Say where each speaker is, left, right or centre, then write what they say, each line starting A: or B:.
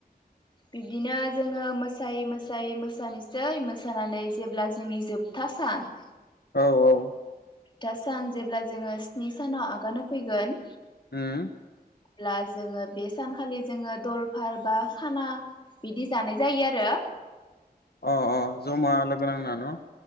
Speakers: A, on the left; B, on the left.
A: बिब्दिनो जोङो मोसायै मोसायै मोसानोसै मोसानानै जेब्ला जोंनि जोबथा सान
B: औ औ
A: दा सान जेब्ला जोङो स्नि सानाव आगान हो फैगोन
B: उम
A: अब्ला जोङो बे सानखालि जोङो दलफार बा खाना बिदि जानाय जायो आरो
B: अ अ जमा लोगो नांना न